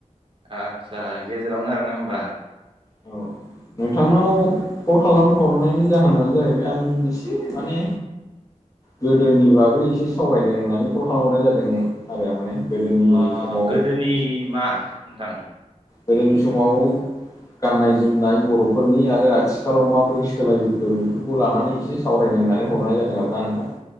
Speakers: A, on the right (about 40°); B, on the left (about 25°).
A: आदसा गेजेरावनो आरोना होमबा।
B: औ नोंथांनाव कल खालाम हरनायनि जाहोनानो जाहैबाय आं एसे माने गोदोनि बागै एसे सावरायनो होननानै कल खालामहरनाय जादों आरो माने गोदोनि
A: अ'
B: समाव
A: गोदोनि मा नोंथां
B: गोदोनि समाव गाननाय जोमनाय बर'फोरनि आरो आथिखालाव माबोरै सोलायबोखो बेफोरखौ लानानै एसे सावरायनो। होन्नानै हरनाय जादों आरो ना नोंथां।